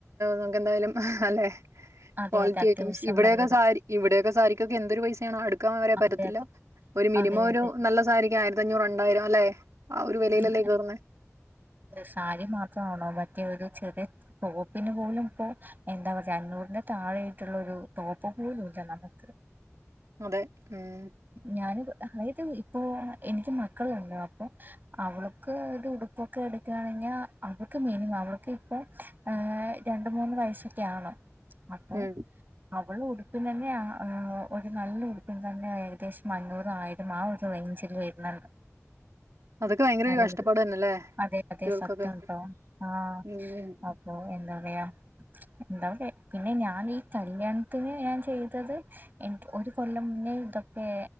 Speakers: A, on the right; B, on the right.
A: നമുക്കെന്തായാലും അല്ലെ
B: അതെ
A: ക്വാളിറ്റി
B: അതെ അത്യാവശ്യം
A: ഐറ്റംസ് ഇവിടൊക്കെ
B: നല്ലത്
A: സാരി ഇവിടെയൊക്കെ സാരിക്കൊക്കെ എന്തൊരു പൈസയാണ് അടുക്കാൻ വരെ
B: അതെ
A: പറ്റത്തില്ല
B: അതെ
A: ഒരു മിനിമം
B: അതെ അതെ
A: ഒരു നല്ല സാരിക്ക് ആ അഞ്ഞൂറ് രണ്ടായിരം അല്ലെ ആഹ് ഒരു വെലയിലല്ലേ
B: ഉം.
A: കയറുന്നെ
B: സാരി മാത്രമാണോ മറ്റേ ഒരു ചെറിയ ടോപ്പിന് പോലും ഇപ്പോ എന്താ പറയാ അഞ്ഞൂറിന്റെ താഴെ യായ്ട്ടുള്ള ഒരു ടോപ്പ് പോലൂല്ല നമ്മക്ക്
A: അതെ ഉം
B: ഞാന് അതായത് ഇപ്പൊ എനിക്ക് മക്കളുണ്ട് അപ്പൊ അവൾക്ക് ഒരു ഉടുപ്പൊക്കെ എടുക്കുകയാണെഞ്ഞാ അവൾക്ക് മിനിമം അവൾക്ക് ഇപ്പൊ ഏഹ് രണ്ട് മൂന്ന് വയസ്സൊക്കെയാണം അപ്പോ
A: ഉം
B: അവള് ഉടുപ്പിനെന്നെ ഏഹ് ഒരു നല്ല ഉടുപ്പിൻ തന്നെ ഏകദേശം അഞ്ഞൂറായിരം ആഹ് ഒരു റേഞ്ചിൽ വരുന്നുണ്ട്
A: അതൊക്കെ ഭയങ്കര
B: നല്ലത്
A: ഒരു കഷ്ടപ്പാട് തന്നെയല്ലേ
B: അതെ അതെ
A: കുട്ടികൾക്കൊക്കെ
B: സത്യം ആണ് ട്ടോ ആഹ്
A: ഉം
B: അപ്പോ എന്താ പറയാ എന്താട്ടെ പിന്നെ ഞാൻ ഈ കല്യാണത്തിന് ഞാൻ ചെയ്തത് എനിക്ക് ഒരു കൊല്ലം പിന്നെ ഇതൊക്കെ